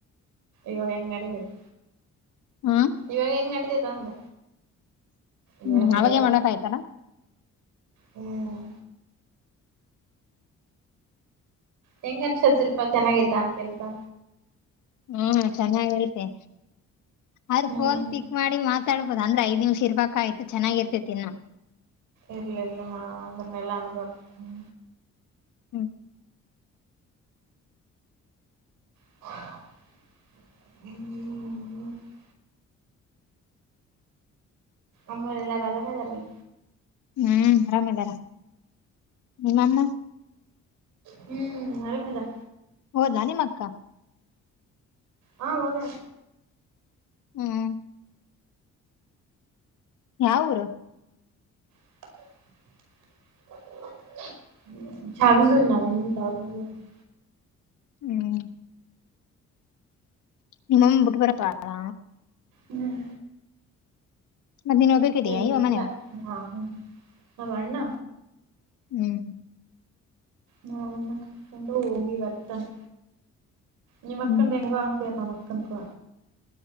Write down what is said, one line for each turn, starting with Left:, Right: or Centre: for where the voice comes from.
Right: ಇವಾಗ ಹೆಂಗ್ ನಡಿತೇತ್
Left: ಹ್ಮ
Right: ಇವಾಗ ಹೆಂಗ್ ನಡೀತದ ಅಂದ ಇವಾಗ
Left: ಹ್ಮ್
Right: ನಡೆಯಲ್ಲ
Left: ಅವಾಗೇ ಮಾಡೋಕ್ ಆಯ್ತಲಾ
Right: ಹ್ಮ್ ಹೆಂಗ್ ಅನ್ಸತ್ ಶಿಲ್ಪಾ ಚೆನ್ನಾಗೈತಾ ಕೆಲ್ಸಾ?
Left: ಹ್ಮ್ ಚೆನ್ನಾಗಐತೆ ಆದ್ರ
Right: ಹ್ಮ್
Left: ಫೋನ್ ಪಿಕ್ ಮಾಡಿ ಮಾತ್ ಮಾತಾಡ್ಬೋದ ಅಂದ್ರ ಐದ ನಿಮಿಷ್ ಇರ್ಬೇಕ ಆಯ್ತ ಚೆನ್ನಾಗಿರ್ತಿತ್ ಇನ್ನ್
Right: ಇಲ್ಲ ಇಲ್ಲ ಮ ಅದನ್ನೆಲ್ಲಾ ಅನ್ಬಾರ್ದ ಹ್ಮ
Left: ಹ್ಮ್
Right: ಹ್ಮ <unintelligible> ಅಮ್ಮ ಎಲ್ಲಾರು ಆರಾಮ್ ಇದಾರಲ್
Left: ಹ್ಮ್ ಆರಾಮದಾರ ನಿಮ್ಮಮ್ಮ.
Right: ಹ್ಮ್ ಆರಾಮಿದರೆ.
Left: ಹೋದಲಾ ನಿಮ್ಮ ಅಕ್ಕ.
Right: ಹಾ ಹೋಗ್ಯಾಳ.
Left: ಹ್ಮ್ ಯಾವ ಊರು.
Right: <unintelligible>
Left: ಹ್ಮ್ ನಿಮ್ಮ ಅಮ್ಮ ಬಿಟ್ಟುಬರೋಕೆ ಹೋಗ್ಯಾಳ.
Right: ಹ್ಮ್
Left: <unintelligible>
Right: ಏ ಇಲ್ಲ
Left: ಮನೆಗೆ
Right: ನಮ್ಮ ಅಣ್ಣ.
Left: ಹ್ಮ್
Right: ನಾಮ್ಮ ಅಣ್ಣ ಕತ್ಕೊಂಡು ಹೋಗಿ ಬರ್ತನೆ ನಿಮ್ಮಕ್ಕಂದು
Left: ಹ್ಮ್
Right: ಹೆಂಗೆ ಹಂಗೆ ನಮ್ಮ ಅಕ್ಕಂದು